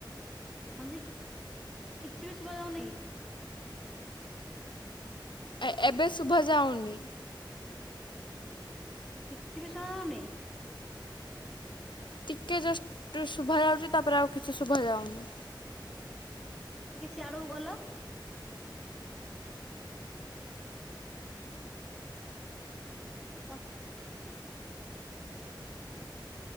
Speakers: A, in the centre; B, on the left.
A: ହଁଜେ କିଛି ବି ସୁଭା ଯାଉନି କି
B: ଏ ଏ ଏବେ ଶୁଭା ଯାଉନି
A: କିଛି ବି ଶୁଣାଯାଉନି
B: ଟିକେ ଜଷ୍ଟ୍ ଶୁଭା ଯାଉଛି ତାପରେ ଆଉ କିଛି ଶୁଭା ଯାଉନି
A: ଟିକେ ସିଆଡକୁ ଗଲ <inaudible>